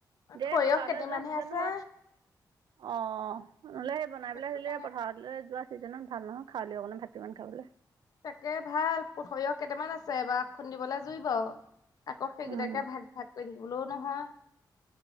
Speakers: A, on the right; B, on the left.
A: দেেই
B: সৰিয়হ
A: পথাৰলৈ
B: কেইটামানহে
A: যোৱা চিজনহয়
B: আছে
A: অ নহলে সেই বনাই
B: সেইটো
A: পেলাই আহিলে
B: কাৰণে
A: পথাৰলৈ যোৱা ছিজনত ভাল নহয় খওঁালও অকলে ভিমান খাবলৈ
B: তাকে ভাল সৰিয়হ কেইটামান আছে বাাৰ খুন্দিবলৈ জুই ব আকৌ সেইকেইটাকে
A: উম,
B: ভাগ ভাগ কৰি থাকিবলৈও নহয়